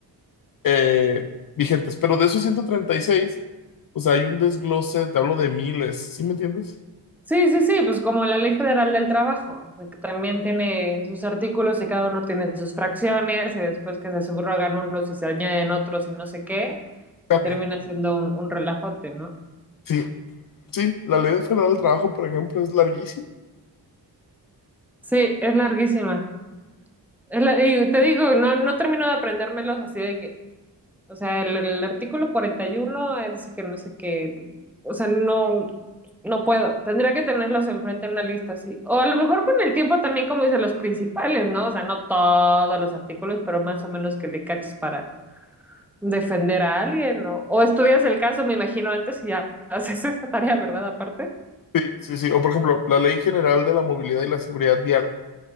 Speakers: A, on the left; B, in the centre.
A: eh, vigentes, pero de esos ciento treinta y seis o sea, hay un desglose, te hablo de miles, ¿sí me entiendes?
B: Sí, sí, sí, pues como la Ley Federal del Trabajo, o sea, que también tiene sus artículos y cada uno tiene sus fracciones y después que se subrogan unos y se añaden otros y no sé qué,
A: Cambia.
B: y termina siendo un, un relajote, ¿no?
A: Sí, Sí, la ley federal del trabajo, por ejemplo, es larguísima.
B: Sí, es larguísima. Es la- y te digo, no, no termino de aprendérmelos así de que O sea, el, el artículo 41 eh, dice que no sé qué, o sea, no, no puedo. Tendría que tenerlos enfrente en una lista así. O a lo mejor con el tiempo también, como dice, los principales, ¿no? O sea, no todos los artículos, pero más o menos que le caches para defender a alguien, ¿no? O estudias el caso, me imagino, antes y ya <laughs> haces esa tarea, ¿verdad? Aparte.
A: Sí, sí, sí. O por ejemplo, la ley general de la movilidad y la seguridad vial.